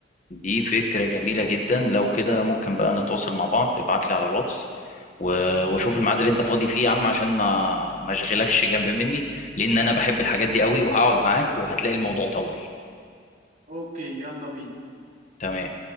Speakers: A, on the left (about 40°); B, on the right (about 40°).
A: دي فكرة جميلة جدا لو كده ممكن بقى نتواصل مع بعض ابعت لي على الواتس و- واشوف الميعاد اللي انت فاضي فيه يا عم عشان ما ما اشغلكش جنب مني لان انا بحب الحاجات دي قوي وهقعد معاك وهتلاقي الموضوع طول
B: اوكي يلا بينا
A: تمام